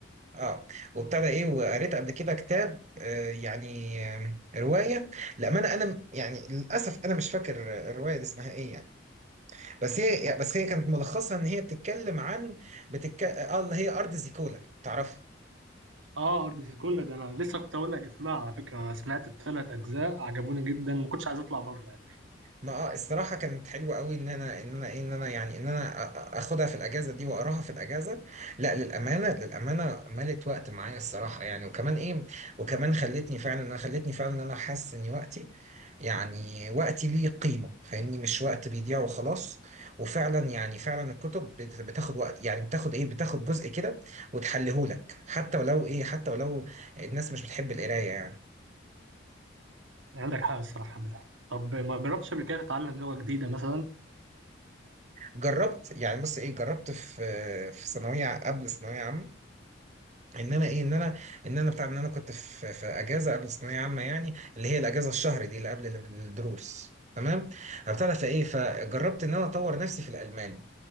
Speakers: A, on the right (about 35°); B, on the right (about 80°).
A: اه وابتدى ايه وقريت قبل كده كتاب آه يعني آه روايه للامانه انا م- يعني للاسف انا مش فاكر الروايه دي اسمها ايه يعني بس هي بس هي كانت ملخصها ان هي بتتكلم عن بتتك... اه اللي هي ارض زيكولا تعرفها
B: اه ارض زيكولا ده انا لسه كنت اقول لك اسمعها على فكره انا سمعت الثلاث اجزاء عجبوني جدا ما كنتش عايز اطلع بره يعني
A: ما آه، الصراحه كانت حلوه قوي ان انا ان انا إيه، ان انا يعني ان انا أ- أ- اخدها في الاجازه دي واقراها في الاجازه لا للامانه للامانه ملت وقت معايا الصراحه يعني وكمان ايه وكمان خلتني فعلا انا خلتني فعلا ان انا حاسس ان وقتي يعني وقتي ليه قيمه فاهمني مش وقت بيضيع وخلاص وفعلا يعني فعلا الكتب بت- بتاخد وقت يعني بتاخد ايه بتاخد جزء كده وتحلهولك حتى ولو ايه حتى ولو الناس مش بتحب القرايه يعني
B: يعني عندك حق الصراحه يا مدحت طب ما جربتش قبل كده تتعلم لغه جديده مثلا
A: جربت يعني بص ايه جربت في في ثانويه قبل ثانويه عامه ان انا ايه ان انا ان انا بتاع ان انا كنت في في اجازه قبل الثانويه عامه يعني اللي هي الاجازه الشهر دي اللي قبل الدروس تمام ابتدى فايه فجربت ان انا اطور نفسي في الالماني